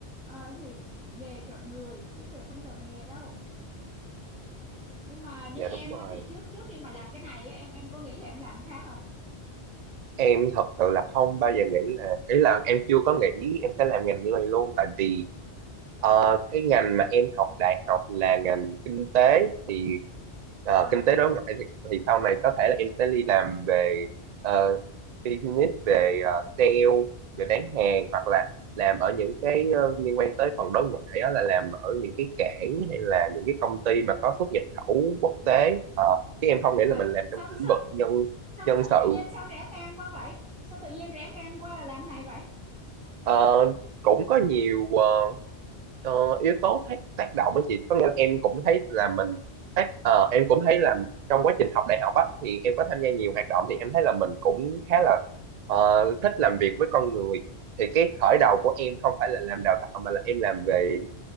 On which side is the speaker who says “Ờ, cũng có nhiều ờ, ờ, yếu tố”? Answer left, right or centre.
Right